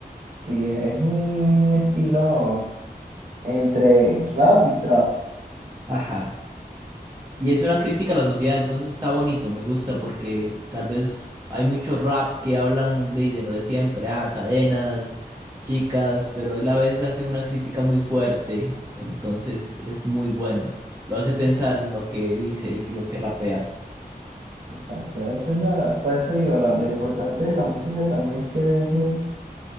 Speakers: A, on the right; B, on the right.
A: sí, es un estilo entre rap y trap.
B: Ajá. Y es una crítica a la sociedad, entonces está bonito, me gusta, porque tal vez hay mucho rap que hablan de, de lo de siempre, ah, cadenas, chicas, pero él a veces hace una crítica muy fuerte, entonces es muy bueno. Lo hace pensar
A: Esa-
B: en lo que dice y lo que rapea.
A: Exacto, eso es la, por eso digo, lo, lo importante de la música también es que deje,